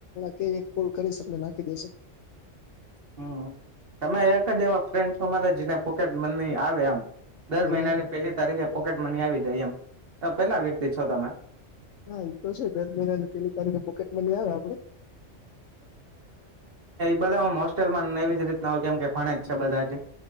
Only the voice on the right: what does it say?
હમ્મ તમે એક જ એવા ફ્રેન્ડો છો મારા જેને પોકેટ મની આવે આમ દર
મહિનાની પેલી તારીખે પોકેટ મની આવી જાય એમ પેલા વ્યક્તિ છો તમે
બધામ હોસ્ટેલમાંને એવી જ રીતના હોય કેમ કે ભણે જ છે બધા જ